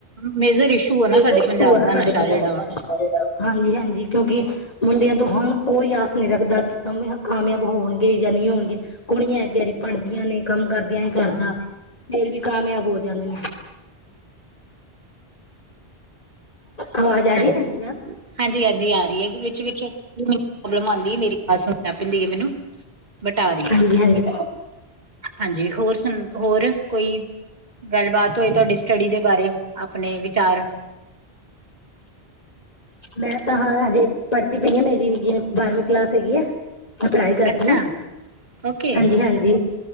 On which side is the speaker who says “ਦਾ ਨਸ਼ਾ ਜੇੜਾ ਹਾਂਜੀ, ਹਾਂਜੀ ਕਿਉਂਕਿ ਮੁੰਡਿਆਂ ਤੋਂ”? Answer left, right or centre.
Left